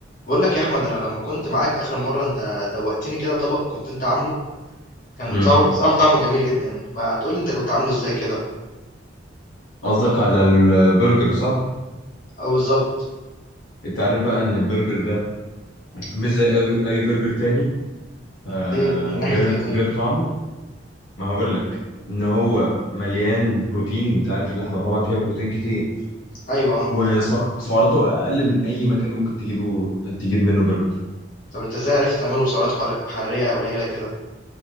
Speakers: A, on the left (about 45°); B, on the left (about 80°).
A: بقول لك يا احمد انا لما كنت معاك اخر مره انت دوقتني كده طبق كنت انت عامله كان
B: مم.
A: طع- بصراحه طعمه جميل جدا ما تقول لي انت كنت عامله ازاي كده
B: قصدك على البرجر صح؟
A: او بالظبط
B: انت عارف بقى ان البرجر ده مش زي أي, اي برجر تاني آه
A: ليه من
B: غير
A: ناحيه ايه طيب
B: غير طعمه ما هقول لك ان هو مليان بروتين انت عارف اللحمه طبعا فيها بروتين كتير
A: ايوه اه
B: وسعراته اقل من اي مكان ممكن تجيبه تجيب منه برجر
A: طب انت ازاي عرفت تعمله بسعرات حر- حراريه قليله كده